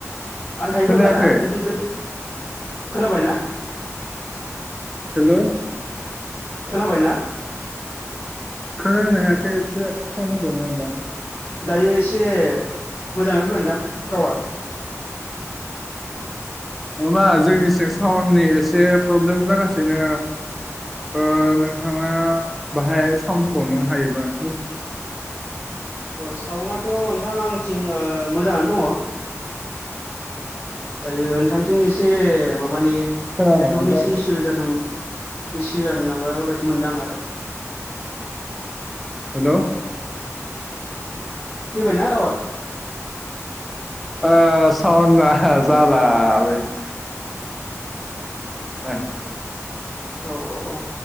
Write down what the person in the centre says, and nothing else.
खोनायाखै
हेल'
<unintelligible>
नङाबा जोंनि सि साउन्डनि एसे प्रब्लेम जागासिनो ओ नोंथाङा बाहाय साउन्ड होबावनो हायोबा
खोनानायानो
जायाखै
हेल' ओ
ओ सावना जाला लै। <unintelligible>